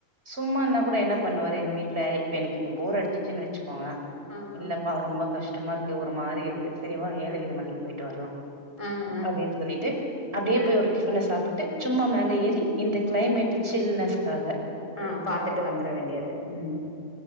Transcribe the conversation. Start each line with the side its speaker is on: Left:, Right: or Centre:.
Right: சும்மான கூட என்ன பண்ணுவாரு எங் வீட்டுல இப்ப எனக்கு இப்ப போர் அடிச்சிச்சுன்னு வச்சுக்கோங்கள
Left: ஆ
Right: இல்லப்பா
Left: ஆ
Right: ரொம்ப கஷ்டமா இருக்கு ஒரு மாரி இருக் சரி வா
Left: ஆ
Right: ஏலகிரி மலைக்கு போயிட்டு வர்லா
Left: ஆ ஆ
Right: அப்படின்னு சொல்லிட்டு அப்டியே
Left: ஆ
Right: போய் ஒரு டிஃபன சாப்புட் ட் சும்மா மேல ஏறி இந்த கிளைமேட்டு சில்னஸ்காக
Left: ஆ பாத்துட்டு வந்துர வேண்டியது ம்